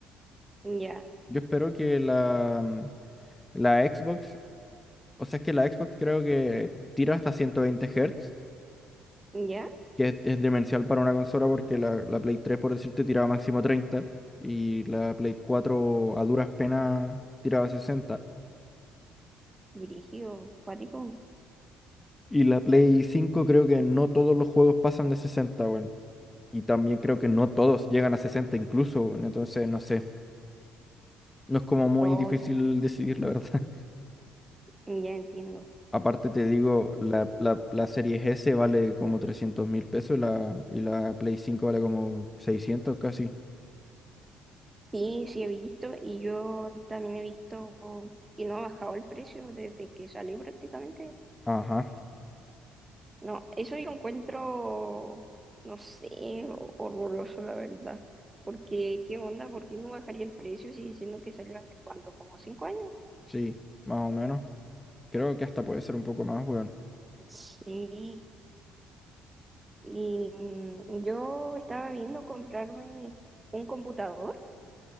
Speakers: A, on the right; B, on the left.
A: Ya,
B: Yo espero que la, mm, la Xbox, o sea, es que la Xbox creo que tira hasta 120 Hz,
A: ya,
B: que es, es demencial para una consola porque la, la Play tres por decirte, tiraba máximo treinta y la Play 4 a duras penas tiraba sesenta
A: dirigido, cuático.
B: Y la Play cinco creo que no todos los juegos pasan de sesenta bueno. Y también creo que no todos llegan a 60 incluso, weón. Entonces, no sé, no es como muy
A: Oh,
B: difícil decidir, la verdad.
A: ya entiendo.
B: Aparte te digo, la, la, la Series S vale como trescientos mil pesos y la, y la Play 5 vale como 600 casi.
A: Sí, sí he visto y yo también he visto que no ha bajado el precio desde que salió prácticamente.
B: Ajá,
A: No, eso yo lo encuentro, no sé, ho- horroroso, la verdad. Porque, ¿qué onda? ¿Por qué no bajaría el precio si diciendo que salió hace cuánto? ¿Como cinco años?
B: sí, más o menos. Creo que hasta puede ser un poco más, weón.
A: Sí. Y mm, yo estaba viendo comprarme un computador,